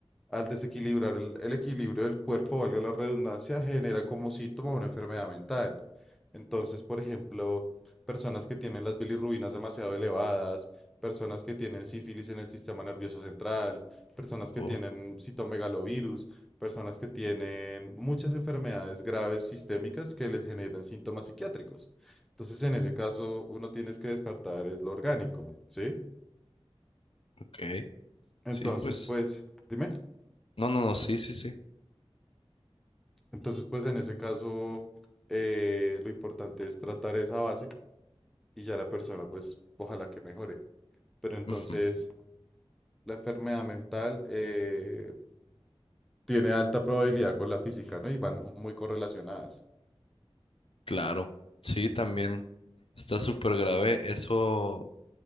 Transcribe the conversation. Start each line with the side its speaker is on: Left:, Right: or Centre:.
Centre: al desequilibrar el, el equilibrio del cuerpo, valga la redundancia, generan como síntoma una enfermedad mental. Entonces, por ejemplo, personas que tienen las bilirrubinas demasiado elevadas, personas que tienen sífilis en el sistema nervioso central, personas que
Left: Oh,
Centre: tienen citomegalovirus, personas que tienen muchas enfermedades graves sistémicas que les generan síntomas psiquiátricos. Entonces, en ese caso, uno tienes que descartar es lo orgánico, ¿sí?
Left: ok,
Centre: Entonces,
Left: sí, pues.
Centre: pues, dime.
Left: No, no, no, sí, sí, sí.
Centre: Entonces, pues, en ese caso, eh, lo importante es tratar esa base y ya la persona, pues, ojalá que mejore. Pero entonces,
Left: Ujú,
Centre: la enfermedad mental eh, tiene alta probabilidad con la física, ¿no? Y van muy correlacionadas.
Left: Claro, sí, también está súper grave eso.